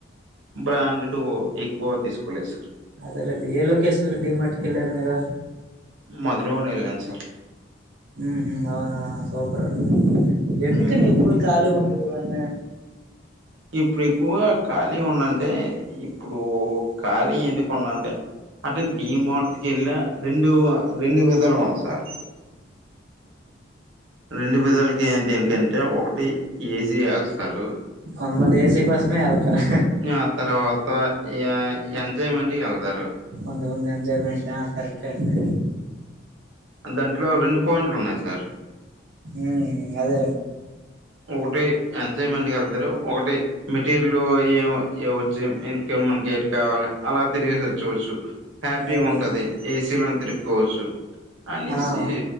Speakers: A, on the right; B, on the right.
A: బ్రాండుడ్ ఎక్కువ తీసుకోలేదు సార్
B: అదేలేండి ఏ లొకేషన్లు డి మార్ట్ కెళ్ళారు మీరు
A: మధురవాడ యెళ్ళామ్ సార్
B: ఉహు అవుహ సూపర్అండి ఎందుకని
A: ఉమ్,
B: ఎప్పుడు
A: ఇ-
B: ఖాళీ ఉండవివన్నీ
A: ఇప్పుడు ఎక్కువగా ఖాళీ ఉన్నంటే ఇప్పుడు ఖాళీ ఎందుకుండంటే అంటే డీ మార్తికెళ్ళ రెండు రెండు విధాలు <unintelligible> సార్ రెండు విధలకి దేనికంటే ఒకటి ఏసీ వేస్తారు
B: కొంత మంది ఏసీ కోసమే వెళ్తారు
A: ఆ తర్వాత య ఎంజాయ్మెంట్కి వెళ్తారు
B: కొంతమంది ఎంజాయ్మెంట ఆ కరెక్ట్ అండి
A: దాంట్లో రెండు పాయింట్లు ఉన్నాయి సార్
B: మ్మ్ ఆదేలెండి
A: ఒకటి ఎంజాయ్మెంట్కి వెళ్తారు ఒకటి మెటీరియల్ ఏ వచ్చు ఇక మనకి ఎట్ కావాలి అలా తిరిగిసి వచ్చేయవచ్చు హ్యాపీగా
B: అదేలేండి
A: ఉంటుది ఏసీలో తిరుక్కోవచ్చు అనేసి
B: ఆ